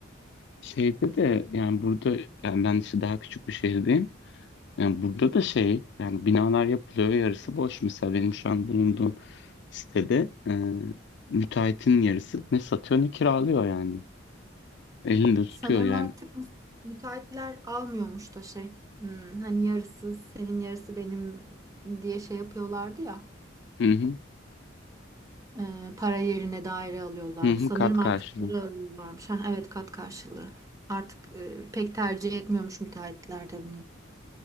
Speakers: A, on the left; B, on the right.
A: Şeyde de yani burada yani ben işte daha küçük bir şehirdeyim. Yani burada da şey yani binalar yapılıyor ve yarısı boş. Mesela benim şu an bulunduğum sitede e, müteahhitin yarısı ne satıyor ne kiralıyor yani. Elinde tutuyor
B: Sanırım
A: yani.
B: artık mü- müteahhitler almıyormuş da şey. hmm, hani yarısı senin yarısı benim diye şey yapıyorlardı ya.
A: Hı hı,
B: Ee, para yerine daire alıyorlardı.
A: hı hı,
B: Sanırım
A: kat
B: Hmm.
A: karşılığı.
B: artık para alıyorlarmış. Ha, evet kat karşılığı. Artık e, pek tercih etmiyormuş müteahhitler de bunu.